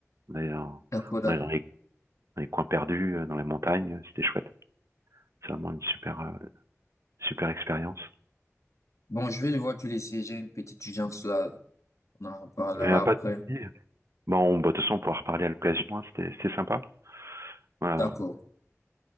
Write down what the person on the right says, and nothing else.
On allait dans,
on allait dans les, dans les coins perdus, euh, dans les montagnes. C'était chouette. C'est vraiment une super, euh, super expérience.
Et à
pas de souci. Bon, bah, de toute façon, on pourra reparler à l'occasion. hein, C'était, c'était sympa. Voilà.